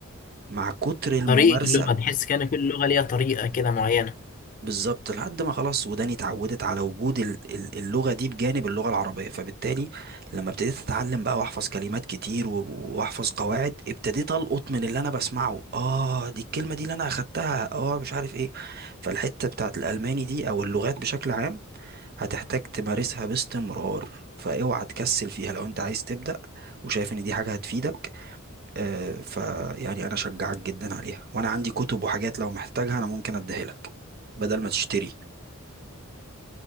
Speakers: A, on the right (about 45°); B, on the left (about 35°).
A: مع كتر الممارسة
B: طريقة اللغة تحس كأن كل لغة ليها طريقة كده معينة
A: بالظبط لحد ما خلاص وداني اتعودت على وجود ال- ال- اللغة دي بجانب اللغة العربية فبالتالي لما ابتديت اتعلم بقى واحفظ كلمات كتير و- واحفظ قواعد ابتديت القط من اللي انا بسمعه اه دي الكلمة دي اللي انا اخدتها اه مش عارف ايه فالحتة بتاعت الالماني دي او اللغات بشكل عام هتحتاج تمارسها باستمرار فاوعى تكسل فيها لو انت عايز تبدأ وشايف ان دي حاجة هتفيدك آه، فيعني انا اشجعك جدا عليها وانا عندي كتب وحاجات لو محتاجها انا ممكن اديها لك بدل ما تشتري